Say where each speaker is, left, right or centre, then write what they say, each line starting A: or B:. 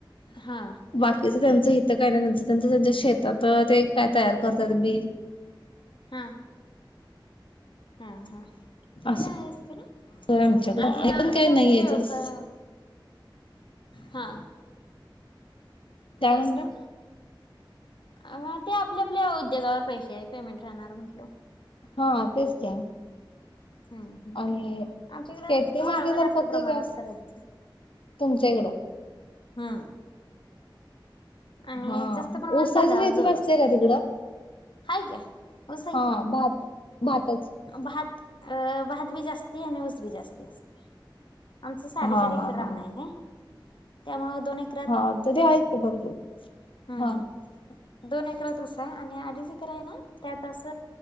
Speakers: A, on the left; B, on the left.
A: हा.
B: बाकीचं त्यांचं हितं काय नाही. त्यांचं त्यांचं त्यांच्या शेतात ते काय तयार करतात बिल
A: हा हा हा ते
B: असं
A: आहेच खरं.
B: आमच्याकडं
A: आपल्या
B: पण काही
A: शेवटी
B: नाहीये
A: व्यवसायावर
B: जास्त
A: हा
B: काय
A: जास्त
B: म्हणला
A: अं हां ते आपल्या आपल्या उद्योगावर पैसे पेमेंट राहणार म्हंटल.
B: हां तेच की.
A: हम्म हम्म.
B: आणि
A: आमच्याकडं
B: शेती म्हटलं
A: माळव
B: तर
A: जास्त
B: फक्त
A: प्रमाणात
B: जास्त,
A: करायचं.
B: तुमच्या इकडं.
A: हम्म. आणि
B: हा
A: जास्त प्रमाणात
B: ऊसाची
A: तांदळाला
B: शेती
A: जोर
B: नसते
A: असतो.
B: का तिकडं
A: आहे की, ऊस आहे
B: हा
A: की,
B: भात भातच
A: भात अ भात बी जास्ती आणि ऊस बी जास्ती असतंय. आमचं साडेचार
B: हा
A: एक्कर
B: हा
A: रान
B: हा
A: आहे नाही त्यामुळं दोन एक
B: हां तरी आहे की भरपूर.
A: हम्म
B: हा
A: दोन एक्करात ऊस आहे आणि अडीच एक्कर आहे ना त्यातं अस